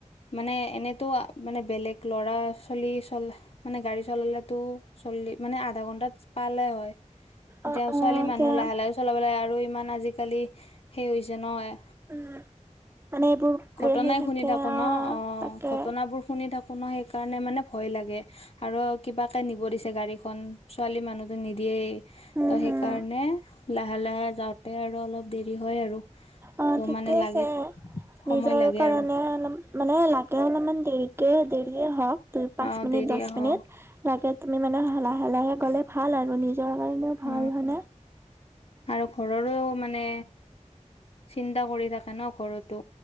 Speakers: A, on the left; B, on the right.
A: মানে এনেতো মানে বেলেগ ল'ৰা ছোৱালী চল মানে গাড়ী চলালেটো চল্লি মানে আধা ঘন্টাত পালে হয়। এতিয়া
B: অ অ
A: ছোৱালী
B: এতিয়া
A: মানুহ লাহে লাহে চলাব লাগে, আৰু ইমান আজিকালি সেই হৈছে নহয়
B: উম উম মানে এইবোৰ
A: ঘটনাই
B: হেৰি থাকে
A: শুনি থাকো
B: অ
A: ন, অঁ
B: তাকে
A: ঘটনাবোৰ শুনি থাকো ন সেইকাৰণে মানে ভয় লাগে। আৰু কিবাকে নিব দিছে গাড়ীখন ছোৱালী মানুহটো নিদিয়েই।
B: উম
A: ত
B: হম
A: সেইকাৰণে লাহে লাহে যাওঁতে আৰু অলপ দেৰি হয় আৰু।
B: অঁ
A: ত
B: ঠিকে
A: মানে
B: আছে,
A: লাগে সময়
B: নিজৰ
A: লাগে
B: কাৰণে
A: আৰু
B: অলপ মানে লাগে অলপমান দেৰিকে দেৰিয়ে হওঁক দুই পাঁচ
A: অ
B: মিনিট
A: দেৰিয়ে
B: দছ
A: হওক
B: মিনিট লাগে তুমি মানে লাহে লাহে গ'লে ভাল আৰু, নিজৰ কাৰণেও ভাল
A: অ
B: হয় নে?
A: আৰু ঘৰৰো মানে চিন্তা কৰি থাকে ন ঘৰতো।